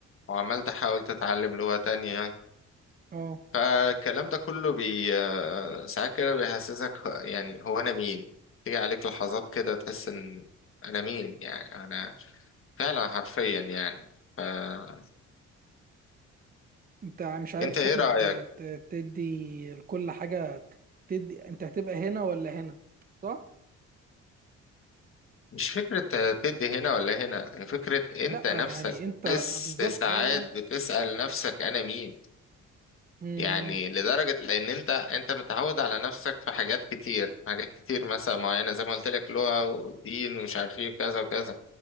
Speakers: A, on the left; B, on the right.
A: وعمال تحاول تتعلم لغة تانية
B: اه
A: فالكلام ده كله بي آه، ساعات كده بيحسسك يعني هو انا مين تيجي عليك لحظات كده تحس ان انا مين يعني انا فعلا حرفيا يعني فانت
B: انت مش عارف
A: ايه
B: تاخد
A: رأيك
B: ت- تدي لكل حاجة تدي انت هتبقى هنا ولا هنا صح؟
A: مش فكرة تدي هنا ولا هنا هي فكرة انت
B: لا
A: نفسك
B: يعني انت
A: بتحس
B: بالظبط
A: ساعات
B: اه
A: بتسأل نفسك انا مين
B: أمم،
A: يعني لدرجة لان انت انت متعود على نفسك في حاجات كتير حاجات كتير مثلا معينة زي ما قلت لك لغة ودين ومش عارف ايه وكذا وكذا